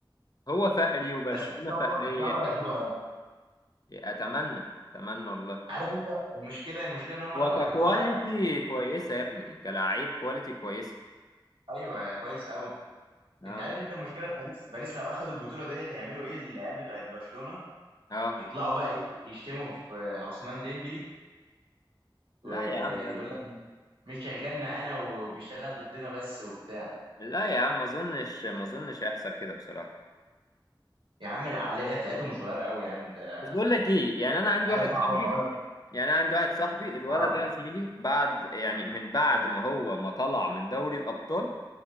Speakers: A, on the left; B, on the right.
A: هو فقري وبرشلونه
B: بس ان شاء
A: فقريه
B: الله ان شاء الله ياخدوها يعني
A: اتمنى اتمنى والله
B: عارف انت المشكله المشكله ان هم
A: هو
B: لو اخدوها
A: ككواليتي كويسه يا ابني كلاعب كواليتي كويسه
B: ايوه كويس قوي
A: اه
B: انت عارف انت المشكله باريس باريس لو اخدوا البطوله ديت هيعملوا ايه العيال بتوعت برشلونه
A: اه
B: يطلعوا بقى ايه يشتموا في عثمان ديمبلي ويقول
A: لا يا عم لا لا
B: لك مش شغال معانا وبيشتغل ضدنا بس وبتاع
A: لا لا يا عم ما اظنش ما اظنش هيحصل كده بصراحه
B: يا عم العقليه بتاعتهم صغيره قوي يا عم ده
A: بس بقول لك ايه يعني انا عندي
B: حاجه
A: واحد
B: صعبه
A: صاحبي
B: خالص
A: يعني انا عندي واحد صاحبي الولد
B: اه
A: ده يا زميلي بعد يعني من بعد ما هو ما طلع من دوري الابطال